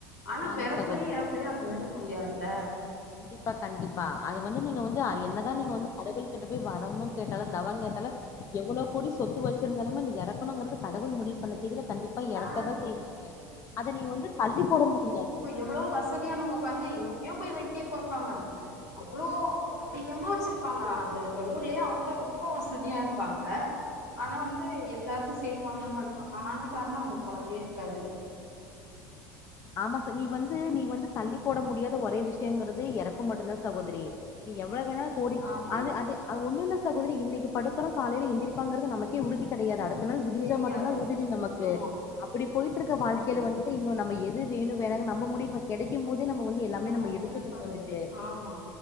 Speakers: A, on the left; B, on the left.
A: ஆனா
B: ஆமா
A: பெறப்புலையு
B: சகோதரி
A: எறப்புலையு அந்த மாரி முடியாதுல்ல
B: கண்டிப்பா கண்டிப்பா அது வந்து நீங்க வந்து என்னதா நீங்க வந்து கடவுள் கிட்ட போய் வரமு கேட்டாலு தவொ கேட்டாலு எவ்வளோ கோடி சொத்து வச்சிருந்தாலுமே இந்ல எறக்கணுங்கறது கடவுள் முடிவு பண்ண தேதில கண்டிப்பா எறக்குதா
A: ஆ
B: செய்வாங்க அதனீ வந்து தள்ளி போட முடியாது
A: எவ்ளோ வஸ் ஸதியானவங்க பாருங்க எங்கியோ போய் வைத்தியம் பாப்பாங்க அவ்ளோ அதிகமா வெச்சிருப்பாங்க அத அந்த ஊர்லயே அவங்க ரொம்ப வசதியா இருப்பாங்க ஆனா வந்து எல்லாருக்கு செய்வாங்க பண்ணுவாங்க ஆனா பாருங்க அவங்களுக்கு கொழந்தயே இருக்காது
B: ஆமா ச நீ வந்து நீ வந்து தள்ளி போட முடியாத ஒரே விஷயங்கறது இறப்பு மட்டுந்தா சகோதரி நீ எவ்வளோ வேணாலு கோடி
A: ஆமா
B: அது அது அது ஒண்ணு இல்ல சகோதரி இன்னைக்கு படுக்கறோ காலையில எந்திரிப்பாங்றது நமக் கே உறுதி கெடையாது அடுத்த நாள் விடிஞ்சா
A: தெரியாது
B: மட்டுந் தா உதிறி நமக்கு
A: ஆமா
B: அப்படி போயிட்டு இருக்க வாழ்க்கையில
A: ஆமா
B: வந்து இன்னு நம்ம எது வேணு வேணாங்கனு நம்ம முடியு பண் கெடைக்கும் போது நம்ம வந்து எல்லாமே
A: ஆமா
B: நம்ம எடுத்துக்கணு
A: புளிக்கொழம்பு
B: வந்துட்டு
A: ஆமா